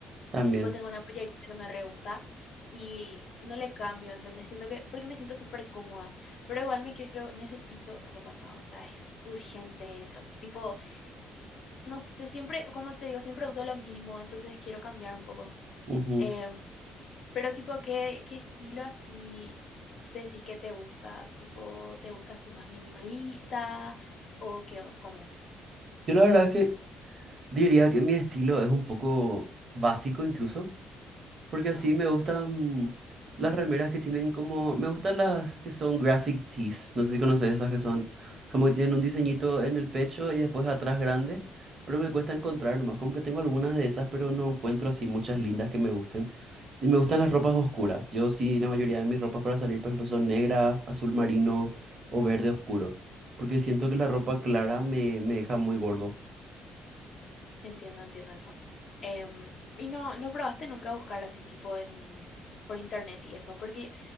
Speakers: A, on the right; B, on the left.
A: También.
B: Tipo, tengo una pollerita que me re gusta y no le cambio, ¿entendés? Siento que, porque me siento súper cómoda, pero igual me quiero, necesito ropa nueva, o sea, es urgente, ¿no? tipo, no sé, siempre, como te digo, siempre uso lo mismo, entonces quiero cambiar un poco.
A: Ujú.
B: Em, pero tipo, ¿qué, qué estilo así decís que te gusta? Tipo, ¿te gusta así más minimalista o qué, o cómo?
A: Yo la verdad es que diría que mi estilo es un poco básico incluso. Porque
B: Ujú,
A: así me gustan las remeras que tienen como... Me gustan las que son graphic tees. No sé si conoces esas que son como que tienen un diseñito en el pecho
B: Sí,
A: y
B: sí,
A: después
B: sí.
A: atrás grande. Pero me cuesta encontrar nomás. Como que tengo algunas de esas, pero no encuentro así muchas lindas que me gusten. Y me gustan
B: ujú,
A: las ropas oscuras. Yo sí, la mayoría de mis ropas para salir, por ejemplo, son negras, azul marino o verde oscuro. Porque siento
B: ujú.
A: que la ropa clara me, me deja muy gordo.
B: Entiendo, entiendo eso. Em, y no, no probaste nunca buscar así tipo en por internet y eso, porque